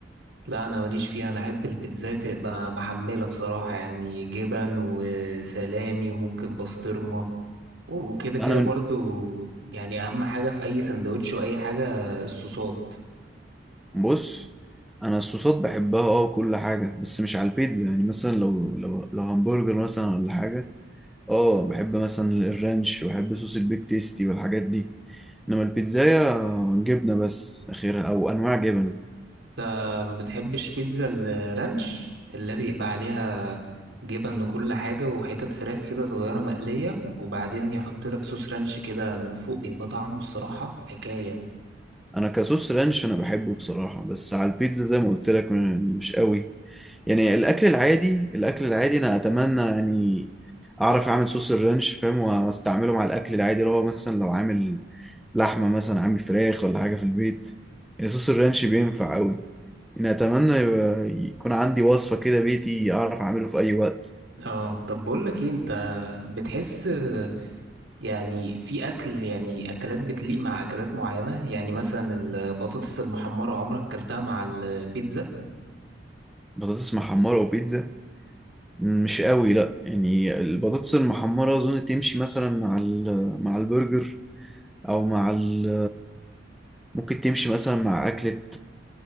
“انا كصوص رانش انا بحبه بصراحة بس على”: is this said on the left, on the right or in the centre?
Centre